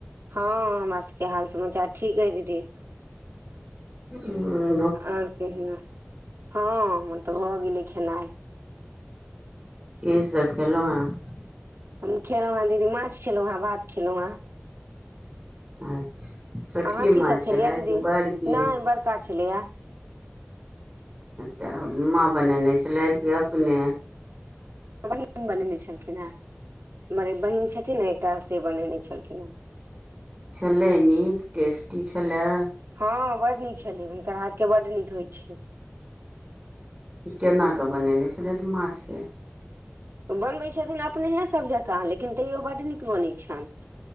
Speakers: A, on the right; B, on the right.
A: हँ हमरा सबके हाल समाचार ठीक है दीदी।
B: हुं।
A: और कहियौ, हँ हमर त भ गेलै खेनाइ।
B: की सब खेलहुँ हें।
A: हम खेलहुं हेँ दीदी माछ खेलहुँ हेँ भात खेलहुं हँ।
B: अच्छा, छोटकी
A: अहाँ की
B: माँछ
A: सब खेलियै
B: छले
A: दीदी
B: कि बड़की।
A: नहि बड़का छलैये।
B: अच्छा माँ बनेने छलथि कि अपने।
A: बहिन बनेने छलखिन हेँ। हमर बहिन छथिन ने एकटा से बनेने छलखिन हँ।
B: छलै नीक टेस्टी छलै।
A: हँ बड नीक छलै हुनकर हाथके बड नीक होइ छै।
B: केनाके बनेने छलैथ माछ से
A: बनबैत छथिन अपनेहे सभ जकाँ लेकिन तैयो बड नीक बनै छनि।